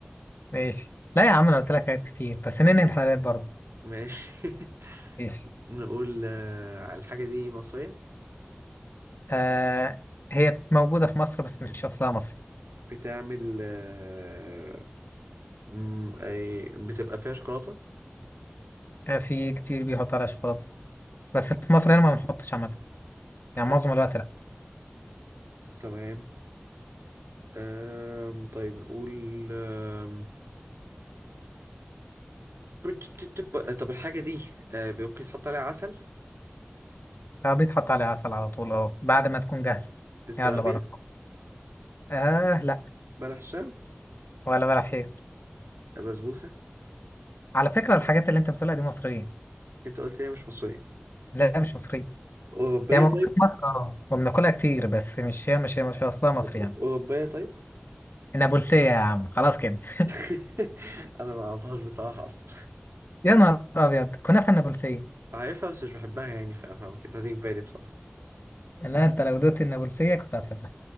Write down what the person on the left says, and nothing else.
<laughs> ماشي لا يا عم انا قلت لك حاجات كتير بس ننهي بحلويات برضه
ماشي
آه هي موجودة في مصر بس مش اصلها مصري
آه في كتير بيحط عليها شوكولاتة بس في مصر هنا ما بنحطش عامة
يعني معظم الوقت لا
آه بيتحط عليها عسل على طول اه بعد ما تكون جاهزة
يلا بره آه لا
ولا بلح شيء
على فكرة الحاجات اللي انت بتقولها دي مصرية
لا مش مصرية
هي موجودة
في مصر اه وبناكلها كتير بس مش هي مش هي مش اصلها مصري
يعني
النابلسية يا عم خلاص كده <laughs>
يا نهار ابيض كنافة النابلسية
لا انت لو دوت النابلسية كنت هتحبها